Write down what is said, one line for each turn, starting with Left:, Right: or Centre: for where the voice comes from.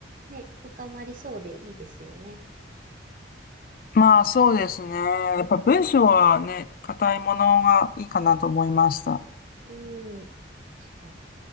Right: ね、深まりそうでいいですよね。
Left: まあそうですね。やっぱ文章はね、硬いものがいいかなと思いました。
Right: うん、確かに。